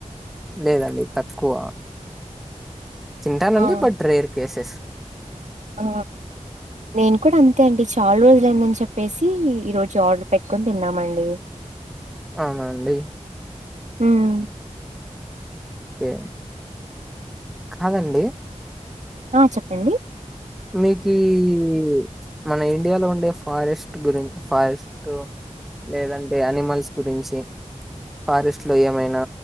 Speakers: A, in the centre; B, on the right.
A: లేదండి తక్కువ తింటానండి
B: ఆ
A: బట్ రేర్ కేసెస్
B: ఆ నేను కూడా అంతే అండి చాలా రోజులయిందని చెప్పేసి ఈ రోజు ఆర్డర్ పెట్టుకొని తిన్నామండి
A: అవునా అండి
B: ఉమ్
A: ఓకే కాదండి
B: ఆ చెప్పండి
A: మీక ఈ మన ఇండియాలో ఉండే ఫారెస్ట్ గురిం ఫారెస్ట లేదంటే అనిమల్స్ గురించి ఫారెస్ట్ లో ఏమైనా